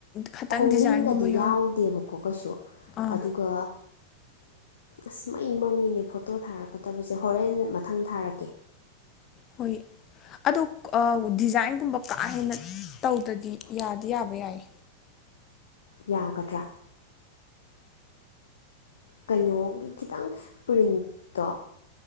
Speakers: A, on the left (about 30°); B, on the left (about 65°).
A: ꯈꯇꯪ
B: ꯈꯣꯡꯅꯤꯡꯒꯗꯤ
A: ꯗꯤꯖꯥꯏꯟꯒꯨꯝꯕ ꯌꯥꯎ
B: ꯌꯥꯎꯗꯦꯕꯀꯣ ꯀꯩꯁꯨ
A: ꯑꯥ
B: ꯑꯗꯨꯒ ꯑꯁ ꯃꯩ ꯃꯝꯃꯤꯅꯦ ꯐꯣꯇꯣ ꯊꯥꯔꯛꯀꯗꯕꯁꯦ ꯍꯣꯔꯦꯟ ꯃꯊꯪ ꯊꯥꯔꯛꯀꯦ
A: ꯍ ꯑꯗꯣ ꯗꯤꯖꯥꯏꯟꯒꯨꯝꯕ ꯀꯥ ꯍꯦꯟꯅ ꯇꯧꯗꯗꯤ ꯌꯥꯗꯤ ꯌꯥꯕ ꯌꯥꯏ
B: ꯌꯥꯒꯗ꯭ꯔꯥ ꯀꯩꯅꯣꯒꯤ ꯈꯤꯇꯪ ꯄ꯭ꯔꯤꯟꯠꯇꯣ